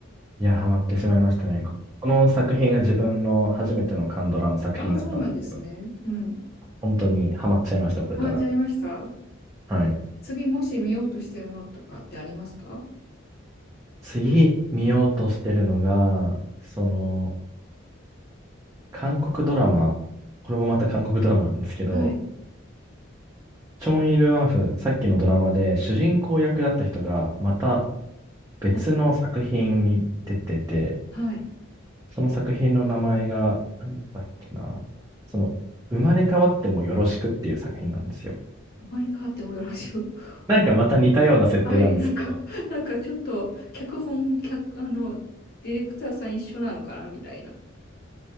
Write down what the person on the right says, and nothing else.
いや、ハマってしまいましたね。
この作品が自分の初めてのカンドラの作品だったんですけど、
本当にハマっちゃいました、これから。
はい。
次見ようとしてるのが、その、韓国ドラマ、これもまた韓国ドラマなんですけど、
チョン・イル・ワンフ、さっきのドラマで主人公役だった人が、また別の作品に出てて、
その作品の名前が、なんだっけな、その、生まれ変わってもよろしくっていう作品なんですよ。
なんかまた似たような設定なんですけど、